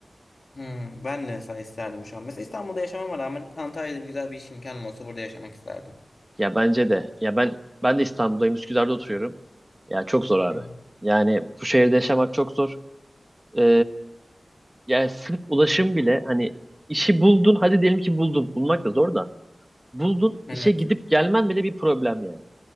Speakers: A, on the left (about 60°); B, on the right (about 15°).
A: Hmm, ben de mesela isterdim şu an. Mesela İstanbul'da yaşamama rağmen Antalya'da bir güzel bir iş imkanım olsa burada yaşamak isterdim.
B: Ya bence de. Ya ben ben de İstanbul'dayım. Üsküdar'da oturuyorum. Ya çok zor abi.
A: Hı hı.
B: Yani bu şehirde yaşamak çok zor. E, yani sırf ulaşım bile hani işi buldun. Hadi diyelim ki buldun. Bulmak da zor da. Buldun
A: Evet,
B: işe gidip gelmen bile bir problem yani.